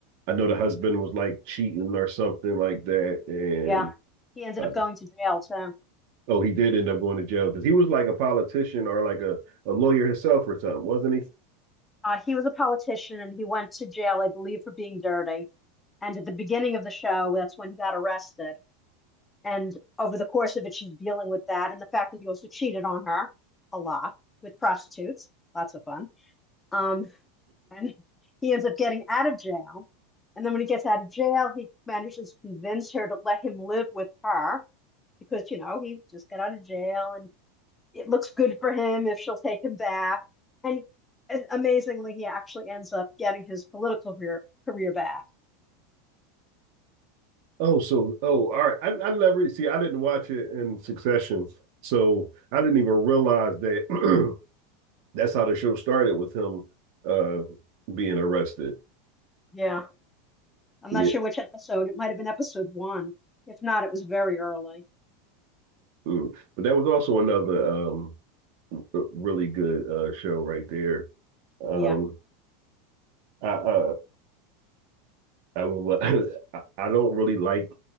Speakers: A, on the right; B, on the left.
A: i know the husband was like cheating or something like that and
B: Yeah. He ended
A: uh,
B: up going to jail, too.
A: oh he did end up going to jail because he was like a politician or like a, a lawyer himself or something wasn't he
B: Uh, he was a politician and he went to jail, I believe, for being dirty. And at the beginning of the show, that's when he got arrested. And over the course of it, she's dealing with that and the fact that he also cheated on her a lot with prostitutes. Lots of fun. Um, and he ends up getting out of jail. And then when he gets out of jail, he manages to convince her to let him live with her because, you know, he just got out of jail and it looks good for him if she'll take him back. And, and amazingly, he actually ends up getting his political career, career back.
A: oh so oh all right I, I never see i didn't watch it in succession so i didn't even realize that <clears throat> that's how the show started with him uh being arrested
B: Yeah. I'm
A: Yeah.
B: not sure which episode. It might have been episode one. If not, it was very early.
A: Mm. But that was also another um really good uh show right there. Um
B: Yeah.
A: I uh I will <laughs> I, I don't really like